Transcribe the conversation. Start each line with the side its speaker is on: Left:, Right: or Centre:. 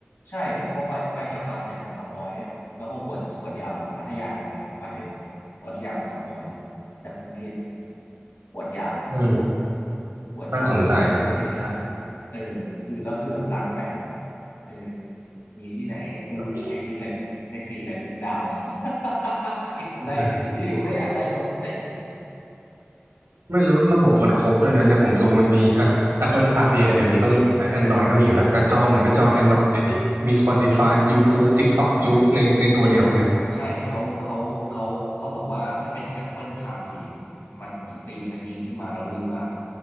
Left: ใช่เพราะไปไปกลับบางแสนมันสองร้อยแล้วก็หวดหวดยาวเลยพัทยายังไงไหวเลยพัทยามันสองร้อยจากกรุงเทพหวดยาว
Right: เออ
Left: ปวดยาวกลับมาชาร์จกรุงเทพก็ได้
Right: น่าสนใจน่าสนใจ
Left: เออคือแล้วคือแบบร้านแปดเออมีที่ไหนให้กูให้ฟรีแลนซ์ให้ฟรีแลนซ์ดาว
Right: แล้วม
Left: <laughs> ได้
Right: ี
Left: อยู่ก็อยากได้รถ <laughs> เว้ย
Right: ไม่แล้วระบบมันครบด้วยนะเนี่ยผมดูมันมีอ่ะ Apple
Left: ใช่
Right: CarPlay อ่ะเดี๋ยวนี้ต้องมีอยู่แล้ว Android ก็มีอยู่แล้วแต่จอเหมือนเป็นจอ
Left: ใช่
Right: Android เลยนี่มี Spotify YouTube TikTok จุกในในตัวเดียวเลย
Left: ใช่เขาเขาเขาเขาบอกว่าถ้าเป็น Apple CarPlay อะมันสตรีมสกรีนขึ้นมาแล้วลื่นมาก